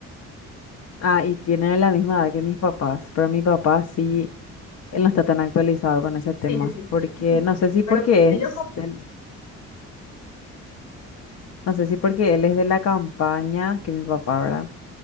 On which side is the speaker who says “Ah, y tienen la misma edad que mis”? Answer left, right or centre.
Left